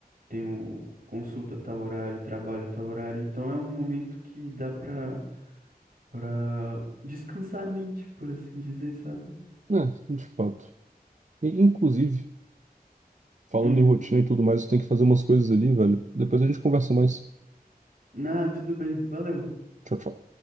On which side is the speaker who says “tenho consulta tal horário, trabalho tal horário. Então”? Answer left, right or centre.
Right